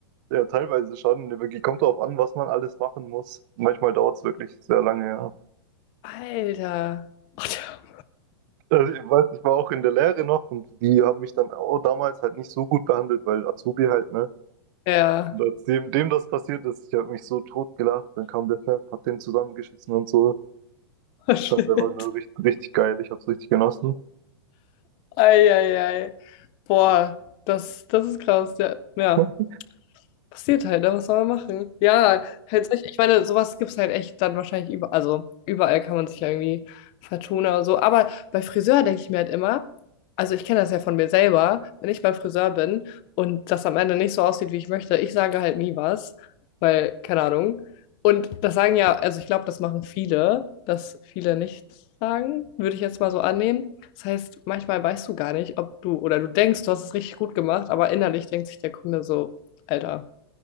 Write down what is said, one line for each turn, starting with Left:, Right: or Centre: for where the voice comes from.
Right: Ja, teilweise schon. Wirklich kommt drauf an, was man alles machen muss. Manchmal dauert es wirklich sehr lange, ja.
Left: Alter. Oh,
Right: Also ich weiß, ich war auch in der Lehre noch und die haben mich dann auch damals halt nicht so gut behandelt, weil Azubi halt, ne?
Left: der- <laughs>
Right: Und als
Left: ja.
Right: dem, dem das passiert ist, ich habe mich so tot gelacht, dann kam der Chef, hat den zusammengeschissen und so.
Left: <laughs>
Right: Ich fand's einfach nur richtig, richtig geil, ich hab's richtig genossen.
Left: Eieiei. Boah, das, das ist krass. Ja, ja.
Right: <laughs>
Left: Passiert halt, ne? Was soll man machen? Ja, halt solche, ich meine, sowas gibt es halt echt dann wahrscheinlich überall. Also überall kann man sich ja irgendwie vertun oder so. Aber bei Friseur denke ich mir halt immer, also ich kenne das ja von mir selber, wenn ich beim Friseur bin und das am Ende nicht so aussieht, wie ich möchte, ich sage halt nie was, weil, keine Ahnung. Und das sagen ja, also ich glaube, das machen viele, dass viele nichts sagen, würde ich jetzt mal so annehmen. Das heißt, manchmal weißt du gar nicht, ob du oder du denkst, du hast es richtig gut gemacht, aber innerlich denkt sich der Kunde so, Alter.